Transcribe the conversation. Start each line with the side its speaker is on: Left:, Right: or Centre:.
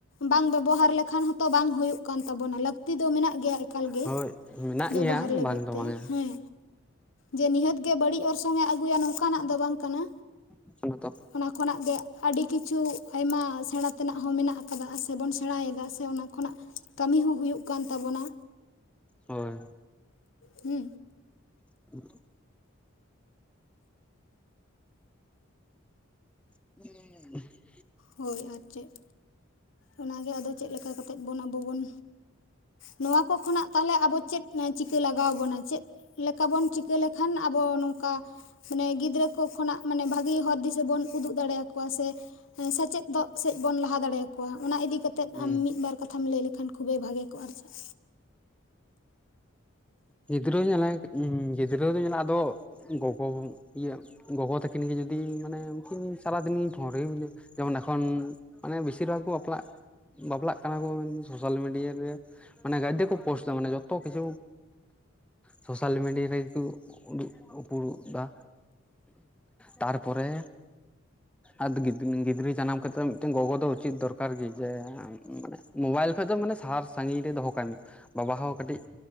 Left: ᱵᱟᱝ ᱵᱮᱵᱚᱦᱟᱨ ᱞᱮᱠᱷᱟᱱ ᱦᱚᱸᱛᱚ ᱵᱟᱝ ᱦᱩᱭᱩᱜ ᱠᱟᱱ ᱛᱟᱵᱚᱱᱟ, ᱞᱟᱹᱠᱛᱤ ᱫᱚ ᱢᱮᱱᱟᱜ ᱜᱮᱭᱟ ᱮᱠᱟᱞ ᱜᱮ᱾
Centre: ᱦᱳᱭ ᱢᱮᱱᱟᱜ
Left: ᱵᱮᱵᱚᱦᱟᱨ
Centre: ᱜᱮᱭᱟ
Left: ᱞᱟᱹᱜᱤᱫ
Centre: ᱵᱟᱝ ᱫᱚ
Left: ᱛᱮ
Centre: ᱵᱟᱝᱟ᱾
Left: ᱦᱮᱸ ᱡᱮ ᱱᱤᱦᱟᱹᱛ ᱜᱮ ᱵᱟᱹᱲᱤᱡ ᱚᱨᱥᱚᱝ ᱮ ᱟᱹᱜᱩᱭᱟ ᱱᱚᱝᱠᱟᱱᱟᱜ ᱫᱚ ᱵᱟᱝ ᱠᱟᱱᱟ᱾
Centre: <inaudible>
Left: ᱚᱱᱟ ᱠᱷᱚᱱᱟᱜ ᱜᱮ ᱟᱹᱰᱤ ᱠᱤᱪᱷᱩ ᱟᱭᱢᱟ ᱥᱮᱬᱟ ᱛᱮᱱᱟᱜ ᱦᱚᱸ ᱢᱮᱱᱟᱜ ᱟᱠᱟᱫᱟ ᱥᱮᱵᱚᱱ ᱥᱮᱬᱟᱭᱮᱫᱟ ᱥᱮ ᱚᱱᱟ ᱠᱷᱚᱱᱟᱜ᱾ ᱠᱟᱹᱢᱤ ᱦᱚᱸ ᱦᱩᱭᱩᱜ ᱠᱟᱱ ᱛᱟᱵᱚᱱᱟ,
Centre: ᱦᱳᱭ
Left: ᱦᱩᱸ᱾
Centre: <inaudible> <inaudible>
Left: ᱦᱳᱭ ᱟᱨ ᱪᱮᱫ᱾ ᱚᱱᱟ ᱜᱮ ᱟᱫᱚ ᱪᱮᱫ ᱞᱮᱠᱟ ᱠᱟᱛᱮᱫ ᱵᱚᱱ ᱟᱵᱚ ᱵᱚᱱ ᱱᱚᱣᱟ ᱠᱚ ᱠᱷᱚᱱᱟᱜ ᱛᱟᱦᱞᱮ ᱟᱵᱚ ᱪᱮᱫ ᱮᱹ ᱪᱤᱠᱟᱹ ᱞᱟᱜᱟᱣ ᱵᱚᱱᱟ ᱪᱮᱫ ᱞᱮᱠᱟ ᱵᱚᱱ ᱪᱤᱠᱟᱹ ᱞᱮᱠᱷᱟᱱ ᱟᱵᱚ ᱱᱚᱝᱠᱟ ᱢᱟᱱᱮ ᱜᱤᱫᱽᱨᱟᱹ ᱠᱚ ᱠᱷᱚᱱᱟᱜ ᱢᱟᱱᱮ ᱵᱷᱟᱹᱜᱮ ᱦᱚᱨ ᱫᱤᱥᱟᱹ ᱵᱚᱱ ᱩᱫᱩᱜ ᱫᱟᱲᱮᱭᱟᱠᱚᱣᱟ, ᱥᱮ ᱥᱮᱪᱮᱫ ᱫᱚᱜ ᱥᱮᱫ ᱵᱚᱱ ᱞᱟᱦᱟ ᱫᱟᱲᱮᱭᱟ ᱠᱚᱣᱟ, ᱚᱱᱟ ᱤᱫᱤ ᱠᱟᱛᱮᱫ
Centre: ᱦᱩᱸ
Left: ᱟᱢ ᱢᱤᱫ ᱵᱟᱨ ᱠᱟᱛᱷᱟᱢ ᱞᱮᱭ ᱞᱮᱠᱷᱟᱱ ᱠᱷᱩᱵᱮᱭ ᱵᱷᱟᱜᱮ ᱠᱚᱜᱼᱟ ᱟᱨ ᱪᱮᱫ᱾
Centre: ᱜᱤᱫᱽᱨᱟᱹ ᱧᱮᱞᱟᱭ ᱩᱸ ᱜᱤᱫᱽᱨᱟᱹ ᱫᱚ ᱧᱮᱞᱟ ᱟᱫᱚ ᱜᱚᱜᱚ ᱤᱭᱟᱹ ᱜᱚᱜᱚ ᱛᱟᱹᱠᱤᱱ ᱜᱮ ᱡᱩᱫᱤ ᱢᱟᱱᱮ ᱩᱱᱠᱤᱱ ᱥᱟᱨᱟᱫᱤᱱᱤ ᱜᱤᱧ ᱯᱷᱳᱱ ᱨᱮᱜᱮ ᱢᱤᱱᱟᱹ ᱡᱮᱢᱚᱱ ᱮᱠᱷᱚᱱ ᱢᱟᱱᱮ ᱵᱮᱥᱤᱨ ᱵᱷᱟᱜᱽ ᱠᱚ ᱵᱟᱯᱞᱟᱜ ᱵᱟᱯᱞᱟᱜ ᱠᱟᱱᱟ ᱠᱚ ᱢᱮᱱ ᱫᱚ ᱥᱳᱥᱟᱞ ᱢᱤᱰᱤᱭᱟ ᱨᱮ ᱢᱟᱱᱮ ᱜᱟᱭᱫᱮ ᱠᱚ ᱯᱳᱥᱴ ᱫᱟ ᱢᱟᱱᱮ ᱡᱚᱛᱚ ᱠᱤᱪᱷᱩ ᱥᱳᱥᱟᱞ ᱢᱤᱰᱤᱭᱟ ᱨᱮᱜᱮ ᱠᱚ ᱩᱫᱩᱜ ᱩᱯᱲᱩᱜ ᱫᱟ᱾ ᱛᱟᱨᱯᱚᱨᱮ ᱟᱫ ᱜᱤᱫᱱᱤ ᱜᱤᱫᱽᱨᱟᱹ ᱡᱟᱱᱟᱢ ᱠᱟᱛᱮ ᱫᱚ ᱢᱤᱫᱴᱮᱱ ᱜᱚᱜᱚ ᱫᱚ ᱩᱪᱤᱛ ᱫᱚᱨᱠᱟᱨ ᱜᱮ ᱡᱮ ᱮ ᱢᱟᱱᱮ ᱢᱳᱵᱟᱭᱤᱞ ᱠᱷᱚᱡ ᱫᱚ ᱢᱟᱱᱮ ᱥᱟᱦᱟᱨ ᱥᱟᱜᱤᱧ ᱨᱮ ᱫᱚᱦᱚ ᱠᱟᱭ ᱢᱮ, ᱵᱟᱵᱟ ᱦᱚᱸ ᱠᱟᱹᱴᱤᱡ